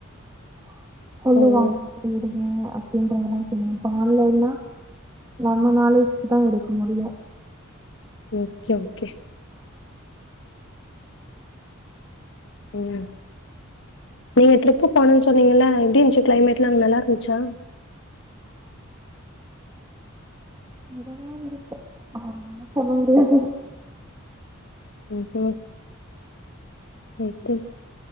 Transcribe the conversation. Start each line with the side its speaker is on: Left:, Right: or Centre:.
Right: <unintelligible> சொல்லுவாங்க
Left: ம்.
Right: இப்டி இருக் ம் அப்படின்றதல்லா தெரியு இப்ப ஆன்லைன்னா நம்ம நாலேஜுக்கு தா எடுக்க முடியும்
Left: ஓகே ஓகே உம் நீங்க ட்ரிப்பு போனோன்னு சொன்னீங்கல்ல எப்டி இந்ச்சு கிளைமேட்லா அங்க நல்லா இருந்துச்சா
Right: <unintelligible> சொல்ல முடியாது
Left: உம் உம் ரைட்டு